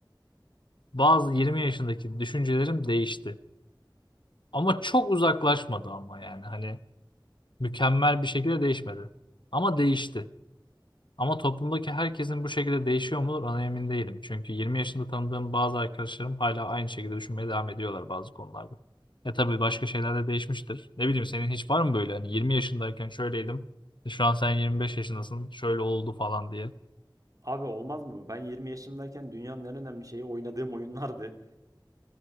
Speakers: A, on the left; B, on the right.
A: bazı 20 yaşındaki düşüncelerim değişti. Ama çok uzaklaşmadı ama yani hani mükemmel bir şekilde değişmedi. Ama değişti. Ama toplumdaki herkesin bu şekilde değişiyor mudur ona emin değilim. Çünkü 20 yaşında tanıdığım bazı arkadaşlarım hala aynı şekilde düşünmeye devam ediyorlar bazı konularda. E tabii başka şeyler de değişmiştir. Ne bileyim senin hiç var mı böyle hani 20 yaşındayken şöyleydim. e Şu an sen 25 yaşındasın. Şöyle oldu falan diye.
B: Abi olmaz mı? Ben 20 yaşımdayken dünyanın en önemli şeyi oynadığım oyunlardı.